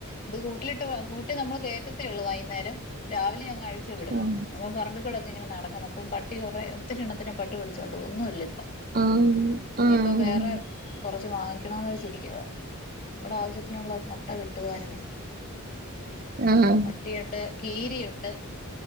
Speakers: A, on the left; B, on the right.
A: ഇത് കൂട്ടിലിട്ട് കൂട്ടി നമ്മള് കേയറ്റത്തേ ഉള്ളൂ വൈകുന്നേരം രാവിലെ ഞങ്ങാഴ പ വിടും
B: ഉം
A: അപ്പൊ പറമ്പിക്കൂടൊക്കെ ഇങ്ങനെ നടക്കുന്ന അപ്പം പട്ടി കുറേ ഒത്തിരി എണ്ണത്തിനെ പട്ടി പിടിച്ചുകോണ്ട് ഒന്നുംമല്ല ഇപ്പൊ
B: ആഹ്
A: നീയിപ്പം
B: ആഹ്
A: വേറെ കുറച്ച് വാങ്ങിക്കണന്ന്ച്ചിരിക്കവാ നമ്മുടെ ആവശ്യത്തിനുള്ള മുട്ട കിട്ടുവായിരുന്നേ
B: ആഹ്
A: പട്ടിയട്ട് കീരിയുണ്ട്